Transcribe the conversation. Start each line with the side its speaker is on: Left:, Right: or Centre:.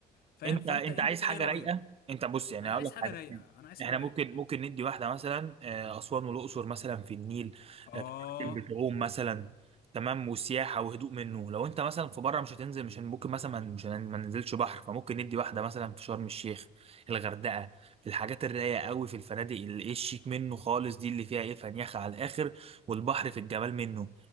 Left: فاهم
Right: انت
Left: فانت
Right: انت
Left: انت
Right: عايز حاجه
Left: ايه رايك
Right: رايقه انت بص يعني
Left: انا
Right: هقول
Left: عايز
Right: لك
Left: حاجه
Right: حاجه
Left: رايقه انا عايز حاجه
Right: احنا
Left: رايقه
Right: ممكن ممكن ندي واحده مثلا آه، اسوان والاقصر مثلا في النيل
Left: اه
Right: آه، بتعوم مثلا تمام وسياحه وهدوء منه لو انت مثلا في بره مش هتنزل مش هن- ممكن مثلا ما- مش هن- ما ننزلش بحر فممكن ندي واحده مثلا في شرم الشيخ الغردقه في الحاجات الرايقه قوي في الفنادق اللي ايه الشيك منه خالص دي اللي فيها ايه فنيخه على الاخر والبحر في الجمال منه